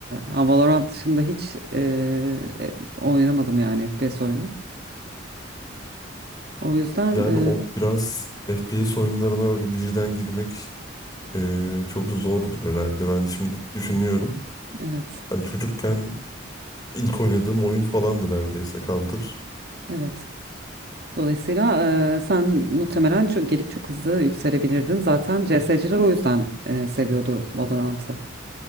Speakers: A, on the right; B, on the left.
A: ha, Valorant dışında hiç e, e, oynamadım yani FPS oyunu. O yüzden
B: Yani
A: e,
B: o biraz FPS oyunlarına öyle birden girmek Ee, çok zordur herhalde. Ben şimdi düşünüyorum.
A: evet.
B: Ben çocukken ilk oynadığım oyun falandı neredeyse Counter.
A: Evet. Dolayısıyla eee, sen muhtemelen çok gelip çok hızlı yükselebilirdin. Zaten CS'ciler o yüzden eee, seviyordu Valorant'ı.